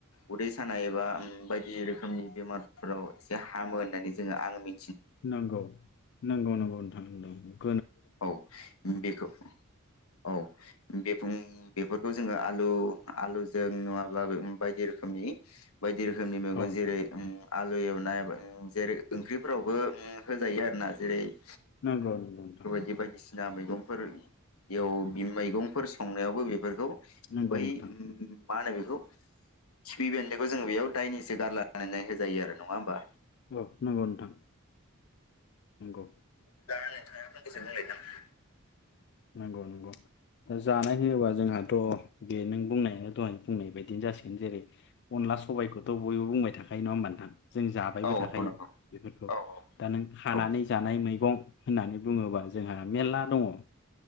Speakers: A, on the left; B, on the left.
A: उदै सान नाय एबा ओम बायदि रोखोमनि बेमारफोराव एसे हामो होननानै जोंङो आंङो मि
B: नोंगौ नोंगौ-नोंगौ नौथां नोंगौ।
A: औ बेखौ औ बे खुं बेफोरखौ जोंङो आलु आलुजों नुङाब्लाबो बायदि रोखोमनि बाय दि रोखोमनि मैगं
B: औ नोंथां
A: जेरै उम आलु एवनाय बा जेरै ओंख्रिफोरावबो उम होजायो आरो ना जेरै -
B: नोंगौ नगौ नोंथां।
A: बे बायदिसिना मैगंफोर बेयाव बि मैगंफोर संनायाव बो बेफोरखौ
B: नंगौ
A: बै
B: नोंथां
A: उम मा होनो बेखौ? खिफि बेन्दोंखौ जोंङो बेयाव दायनिसो गारलानानै होजायो आरो नंङा होमबा?
B: औ नंगौ नोंथां नंगौ।
A: <unintelligible>
B: नंगौ नंगौ। ओ जानाय होयोबा जोंहाथ' बे नों बुंनायानो दहाय बुंनाय बायदिनो जासिगोन जेरै-अनला सबायखौथ' बयबो बुंबाय थाखायो नंङा होमबा नोंथां? जों जाबायबो
A: औ औ
B: थाखायो
A: नंगौ
B: बेफोरखौ
A: औ औ
B: दा नों
A: औ
B: खानानै
A: औ
B: जानाय मैगं होननानै बुंङोबा जोंहा मेल्ला दंङ।